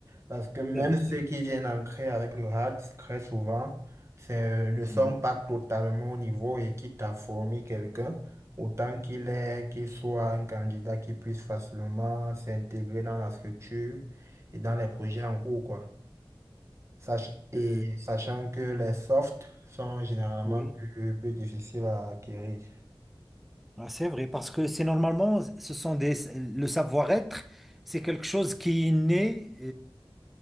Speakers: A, on the right; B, in the centre.
A: Parce que même
B: C'est vrai.
A: ceux qui viennent ancrer avec le hard, très souvent, c'est- euh, ne sont
B: Mhm.
A: pas totalement au niveau et quitte à former quelqu'un, autant qu'il est, qu'il soit un candidat qui puisse facilement s'intégrer dans la structure et dans les projets en cours, quoi. Sach- et
B: Euh,
A: sachant que les softs sont généralement
B: oui.
A: plus, plus difficiles à acquérir.
B: Ah, c'est vrai, parce que c'est normalement, ce sont des, le savoir-être, c'est quelque chose qui est né.